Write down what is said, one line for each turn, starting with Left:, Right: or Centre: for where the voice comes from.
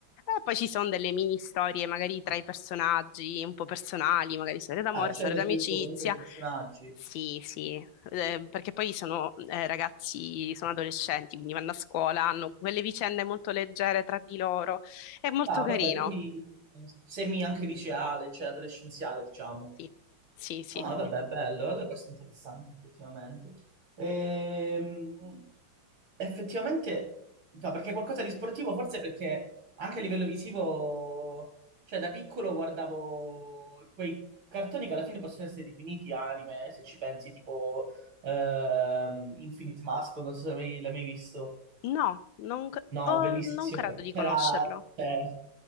Left: E poi ci sono delle mini storie, magari tra i personaggi, un po' personali, magari storie d'amore,
Right: Ah, c'è
Left: storie
Right: lo
Left: d'amicizia.
Right: sviluppo comunque dei personaggi.
Left: Sì, sì, Eh, perché poi sono eh, ragazzi, sono adolescenti, quindi vanno a scuola, hanno quelle vicende molto leggere tra di loro. È molto
Right: Ah,
Left: carino.
Right: vabbè, quindi semi anche liceale, cioè adolescenziale, diciamo.
Left: Sì, sì, sì.
Right: Ah, vabbè, bello, allora questo è interessante effettivamente. Ehm, effettivamente, no, perché qualcosa di sportivo, forse perché anche a livello visivo, cioè da piccolo guardavo quei cartoni che alla fine possono essere definiti anime, se ci pensi, tipo ehm, Infinite Mask, non so se l'hai mai l'hai mai visto.
Left: No, non, c-
Right: No,
Left: oh,
Right: bellissimo.
Left: non credo di
Right: C'era,
Left: conoscerlo.
Right: cioè,